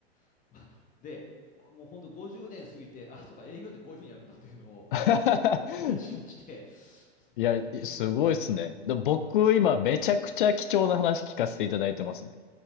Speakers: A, on the left; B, on the left.
A: <laughs> まあで、もう本当50年過ぎて、あ、そうか、営業ってこういうふうにやるんだっていうのを
B: <laughs>
A: 一貫しまして、<laughs> その会社員時代のテレアポはなんだみたいな。
B: いや、いすごいっすね。でも僕、今、めちゃくちゃ貴重な話聞かせていただいてますね。